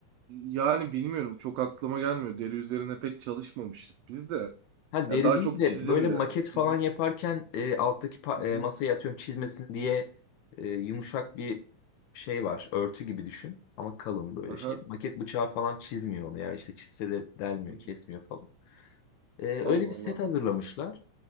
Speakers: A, on the right; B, on the left.
A: Yani bilmiyorum çok aklıma gelmiyor. Deri üzerine pek çalışmamıştık biz de.
B: Ha
A: Ya
B: deri
A: daha
B: değil
A: çok
B: de
A: çizimdi.
B: böyle maket
A: Hı
B: falan
A: hı,
B: yaparken e, alttaki pa-
A: hı hı,
B: e, masaya atıyorum çizmesin
A: hı.
B: diye e, yumuşak bir şey var. Örtü gibi düşün ama kalın böyle
A: Aha,
B: şey. Maket bıçağı falan çizmiyor onu ya işte çizse de delmiyor,
A: hı hı.
B: kesmiyor falan. E, öyle
A: Allah
B: bir
A: Allah.
B: set hazırlamışlar.